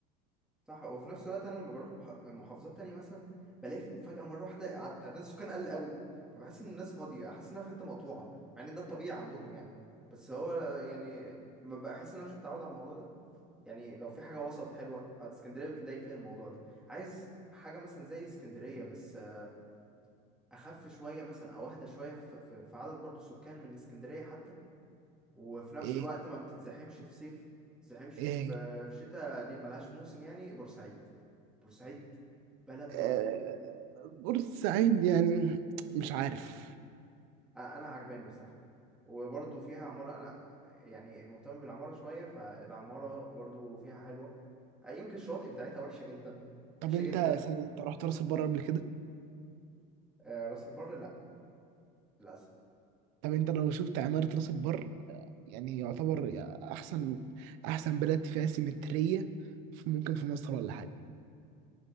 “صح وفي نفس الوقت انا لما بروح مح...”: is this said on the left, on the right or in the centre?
Centre